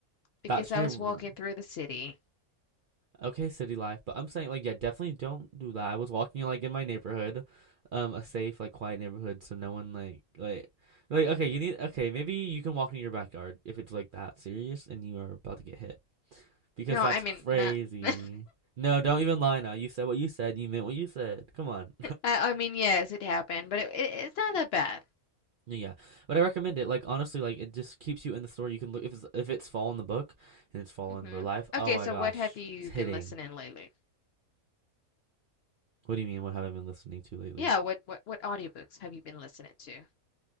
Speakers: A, on the left; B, on the right.
A: because
B: That's
A: I
B: your,
A: was walking through the city.
B: okay, city life. But I'm saying, like, yeah, definitely don't do that. I was walking, like, in my neighborhood, um, a safe, like, quiet neighborhood, so no one, like, like, like, okay, you need, okay, maybe you can walk in your backyard if it's, like, that serious and you are about to get hit. Because
A: No,
B: that's
A: I mean
B: crazy.
A: not. <laughs>
B: No, don't even lie now. You said what you said. You meant what you said. Come on.
A: I, I mean yes, it happened, but it, it it's not that bad.
B: <laughs> yeah, but I recommend it. Like honestly, like it just keeps you in the story. You can look if it's, if it's fall in the book and it's fall
A: hmm
B: in real life.
A: Okay,
B: Oh my
A: so
B: gosh,
A: what have you
B: it's hitting.
A: been listening lately?
B: What do you mean? What have I been listening to lately?
A: Yeah, what what what audiobooks have you been listening to?